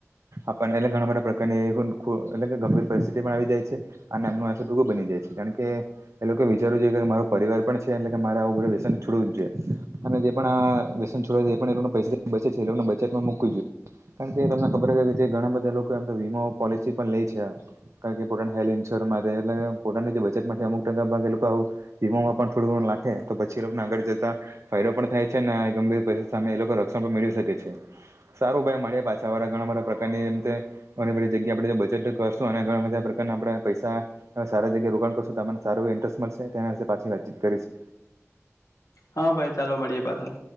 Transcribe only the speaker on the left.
હા ભાઈ ચાલો મળીએ પાછા